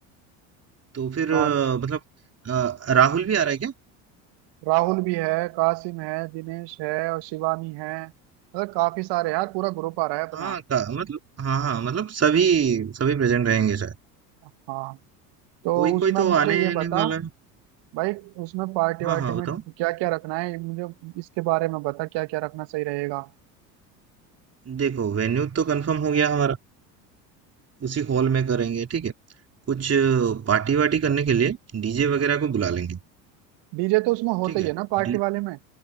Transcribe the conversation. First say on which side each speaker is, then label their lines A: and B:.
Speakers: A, on the right; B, on the right.
A: तो फिर अ,
B: हैं
A: मतलब अ, राहुल भी आ रहा है क्या
B: राहुल भी है कासिम है दिनेश है और शिवानी है मतलब काफी सारे यार पूरा ग्रुप आ रहा है अपना
A: हाँ का मतलब हाँ हाँ मतलब सभी सभी प्रेजेंट रहेंगे शायद
B: हाँ तो
A: कोई
B: उसमें
A: कोई
B: अब
A: तो
B: मुझे
A: आने
B: ये
A: नहीं
B: बता
A: वाला है
B: भाई उसमें पार्टी वार्टी
A: हाँ हाँ
B: में
A: बताओ
B: क्या क्या रखना है ये मुझे इसके बारे में बता क्या क्या रखना सही रहेगा
A: देखो वेन्यू तो कंफर्म हो गया हमारा उसी हॉल में करेंगे ठीक है कुछ पार्टी वार्टी करने के लिए डीजे वगैरह को बुला लेंगे
B: डीजे तो उसमें होता
A: ठीक
B: ही
A: है
B: है ना पार्टी
A: डी
B: वाले में